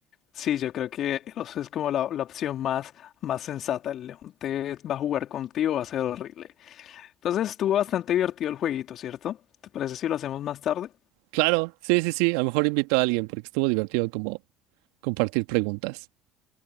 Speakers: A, on the left (about 55°); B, on the right (about 70°).
A: sí, yo creo que el oso es como la, la opción más, más sensata. El león te va a jugar contigo, va a ser horrible. Entonces estuvo bastante divertido el jueguito, ¿cierto? ¿Te parece si lo hacemos más tarde?
B: Claro, sí, sí, sí. A lo mejor invito a alguien porque estuvo divertido como compartir preguntas.